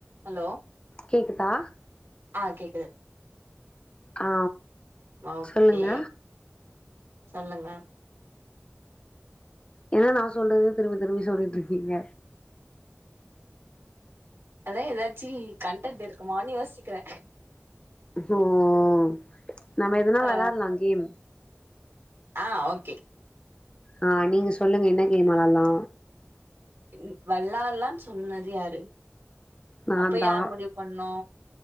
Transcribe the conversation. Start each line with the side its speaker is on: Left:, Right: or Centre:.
Right: ஹலோ
Left: கேக்குதா
Right: ஆ கேக்குது
Left: ஆ
Right: ஓகே
Left: சொல்லுங்க
Right: சொல்லுங்க
Left: என்ன நா சொல்றது திரும்பி திரும்பி சொல்லிட் இருக்கீங்க
Right: அதா ஏதாச்சி கன்டன்ட் இருக்குமானு யோசிக்கிறே
Left: ம் நம்ம எதுனா
Right: ஆ
Left: வெளால்லாம் கேம்
Right: ஆ ஓகே
Left: ஆ நீங்க சொல்லுங்க என்ன கேம் வெளால்லா
Right: ன் வள்ளால்லான் சொன்னது யாரு
Left: நான்தா
Right: அப்ப யார் முடிவு பண்ணு